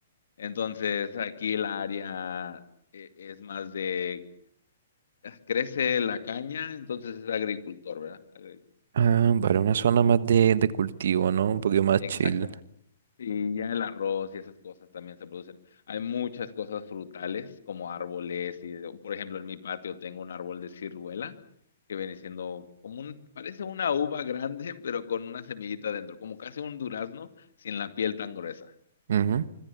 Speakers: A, on the left; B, on the right.
A: Entonces, aquí la área eh, es más de, crece la caña, entonces es agricultor, ¿verdad? Agricultura,
B: Ah, vale, una zona más de, de cultivo, ¿no? Un poquito más
A: Exactamente.
B: chill.
A: Y ya el arroz y esas cosas también se producen. Hay muchas cosas frutales, como árboles, y por ejemplo, en mi patio tengo un árbol de ciruela, que viene siendo como un, parece una uva grande, <laughs> pero con una semillita dentro, como casi un durazno sin la piel tan gruesa.
B: Ujú.